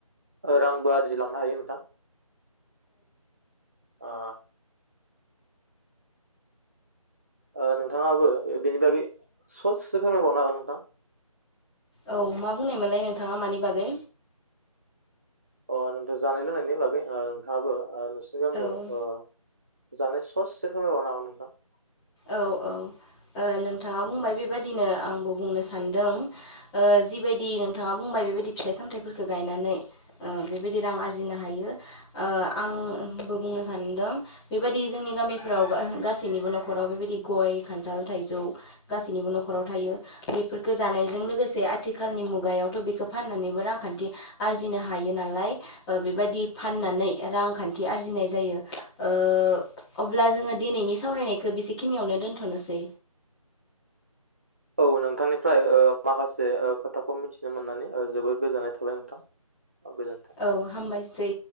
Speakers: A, on the right; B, in the centre.
A: रांबो आरजिलांनो हायो नोंथां। ओ ओ नोंथाङाबो बेनि बागै सससे फोरमायबावनो हागोन नोंथां?
B: औ मा बुंनायमोनलाय नोंथाङा मानि बागै?
A: अ नोंथ' जानाय लोंनायनि बागै ओ नोंथाङाबो ओ नोंसोरनि गामियाव
B: औ
A: ओ जानाय सससे फोरमायबावनो हागोन नोंथां?
B: औ औ। ओ नोंथाङा बुंबाय बेबादिनो आंबो बुंनो सान्दों ओ जिबायदि नोंथाङा बुंबाय बेबायदि फिथाइ सामथाइफोरखौ गायनानै ओ बेबायदि रां आरजिनो हायो ओ आं बो बुंनो सानदों बेबायदि जोंनि गामिफ्राव गा-गासैनिबो न'ख खराव बेबायदि गय खान्थाल थाइजौ गासैनिबो न'खराव थायो बिफोरखो जानायजों लोगोसे आथिखालनि मुगायावथ' बेखो फाननानैबो रांखान्थि आरजिनो हायो नालाय ओ बेबायदि फा फाननानै रांखान्थि आरजिनाय जायो ओ अब्ला जोङो दिनैनि सावरायनाय बिसे खिनियावनो दोनथ'नोसै।
A: औ नोंथांनिफ्राय ओ माखासे ओ खोथाखौ मिथिनो मोननानै ओ जोबोद गोजोननाय थाबाय नोंथां। गोजोन्थों
B: औ हामबायसै।